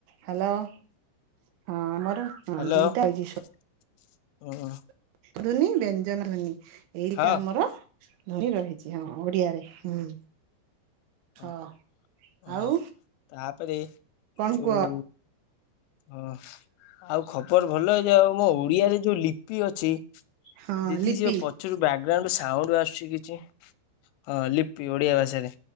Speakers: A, on the right (about 75°); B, on the left (about 85°).
A: ହାଲୋ ହଁ, ଆମର ହଁ
B: ହାଲୋ
A: ଦିଟା
B: ଓ
A: ରହିଛି
B: ହୋ।
A: ଧୂନି ବ୍ୟନ୍ ବ୍ୟଞ୍ଜନ ଧ୍ୱନୀ। ଏଇଟା
B: ହଁ
A: ଆମର ଧ୍ୱନୀ ରହିଛି। ହଁ, ଓଡିଆରେ ହୁଁ। ହଁ
B: ଓ ଓ
A: ଆଉ
B: ହୋ ତାପରେ
A: କଣ
B: ଯୋଉ
A: କୁହ
B: ହଁ ଆଉ ଖବର ଭଲ ଯେ ଆଉ ମୋ ଓଡିଆରେ ଯୋଉ ଲିପି ଅଛି
A: ହଁ
B: ଦିଦି
A: ଲିପି
B: ଯୋଉ ପଛରୁ ବ୍ୟାକଗ୍ରାଉଣ୍ଡ ସାଉଣ୍ଡ ଆସୁଛି କିଛି। ହଁ ଲିପି, ଓଡିଆ ଭାଷାରେ